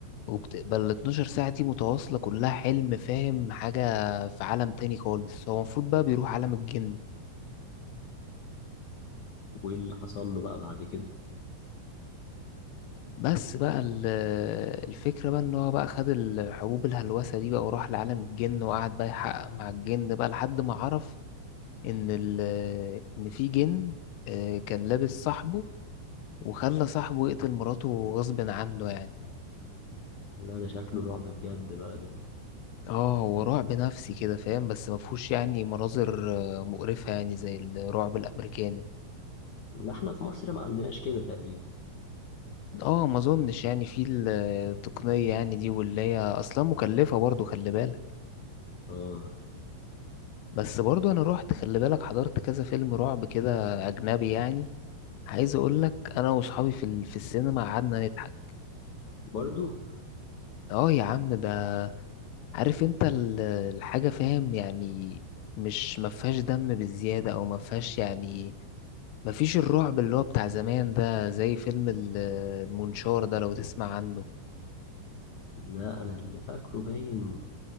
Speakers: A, on the left; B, on the left.
A: وبتبقى ال 12 ساعة دي متواصلة كلها حلم فاهم حاجة في عالم تاني خالص هو المفروض بقى بيروح عالم الجن
B: وايه اللي حصل له بقى بعد كده
A: بس بقى ال- الفكرة بقى ان هو بقى خد الحبوب الهلوسة دي بقى وراح لعالم الجن وقعد بقى يحقق مع الجن بقى لحد ما عرف ان ال ان في جن آه، كان لابس صاحبه وخلى صاحبه يقتل مراته غصب عنه يعني
B: لا ده شكله رعب بجد بقى ده
A: اه هو رعب نفسي كده فاهم بس مفهوش يعني مناظر آه، مقرفة يعني زي الرعب الأمريكاني
B: لا احنا في مصر ما عندناش كده تقريبا
A: اه ما اظنش يعني في ال- التقنية يعني دي واللي هي اصلا مكلفة برضو خلي بالك
B: اه
A: بس برضو انا روحت خلي بالك حضرت كذا فيلم رعب كده اجنبي يعني عايز اقول لك انا واصحابي في ال- في السينما قعدنا نضحك
B: برضو
A: اه يا عم ده عارف انت ال- الحاجة فاهم يعني مش ما فيهاش دم بالزيادة او ما فيهاش يعني ما فيش الرعب اللي هو بتاع زمان ده زي فيلم ال- المنشار ده لو تسمع عنه
B: لا انا اللي فاكره باين